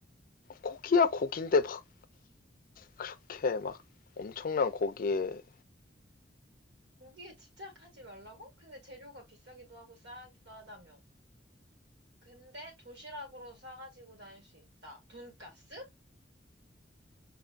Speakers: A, on the left (about 50°); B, on the right (about 65°).
A: 고기야 고기인데 막 그렇게 막 엄청난 고기에
B: 고기에 집착하지 말라고? 근데 재료가 비싸기도 하고 싸기도 하다며. 근데 도시락으로 싸가지고 다닐 수 있다. 돈까스